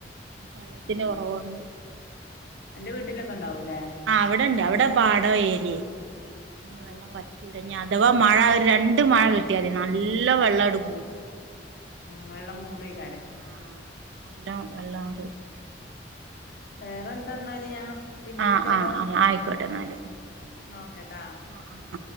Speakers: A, on the right (about 75°); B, on the left (about 60°).
A: വെള്ളത്തിന്റെ
B: ഉം
A: കുറവുണ്ട്
B: എന്റെ വീട്ടിലൊക്കെ ഉണ്ടാവൂല്ലേ
A: ആഹ് അവിടെണ്ട് അവിടെ പാട ഏരിയെ അന്
B: ആ
A: വെള്ളം വറ്റുരഞ്ഞ അഥവാ മഴ ഒരു രണ്ട് മഴ കിട്ടിയാതി നല്ല വെള്ളട് കൂടും
B: ആ വെള്ളം മൂടിക്കാലോ
A: ആ <inaudible>
B: വേറെന്തെന്നാല് പിന്നെ
A: ആ
B: വിളിച്ചാലോ
A: ആ ആ ആയിക്കോട്ടെ എന്നാല്
B: നോക്കട്ടാ
A: ആ ആ ആ